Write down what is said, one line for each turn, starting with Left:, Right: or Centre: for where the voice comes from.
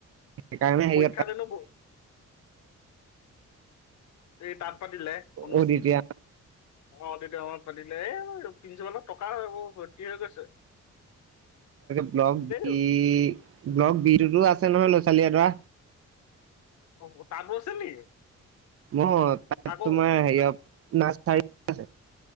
Right: সেইকাৰণে হেৰিয়ত
Left: পৰীক্ষা দিলো এই তাঁত পাতিলে অনুচ
Right: অদিতি
Left: অ তেতিয়া সময়ত পাতিলে এই প্ৰিঞ্চিপালৰ টকা এইবোৰ ভৰ্তি হৈ গৈছে।
Right: ব্লক
Left: এই
Right: বি ব্লক বিতোটো আছে আছে নহয় ল'ৰা-ছোৱালী এডৰা
Left: অ তাতো আছে নি?
Right: ম তাত
Left: আকৌ
Right: তোমাৰ হেৰিয় নাৰছাৰী আছে।